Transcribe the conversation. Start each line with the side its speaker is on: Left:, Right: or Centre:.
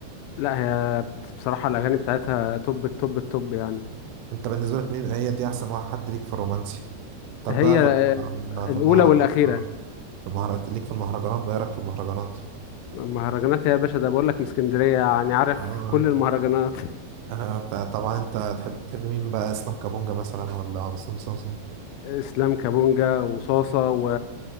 Left: لا هي بصراحة الأغاني بتاعتها توب التوب التوب يعني
Right: انت بالنسبه لك مين هي دي احسن واحد حد ليك في الرومانسي طب
Left: هي
Right: بقى في
Left: آه،
Right: الم- آه، في
Left: الأولى
Right: المهرجان
Left: والأخيرة
Right: اه في المهرجانات ليك في المهرجانات بقى ايه رايك في المهرجانات
Left: مهرجانات يا باشا ده بقول لك من اسكندرية يعني عارف
Right: اه
Left: كل المهرجانات <laughs>
Right: <laughs> آه، فطبعا انت تحب تحب مين بقى اسلام كابونجا مثلا ولا مسلم صلصه
Left: اسلام كابونجا وصاصة و...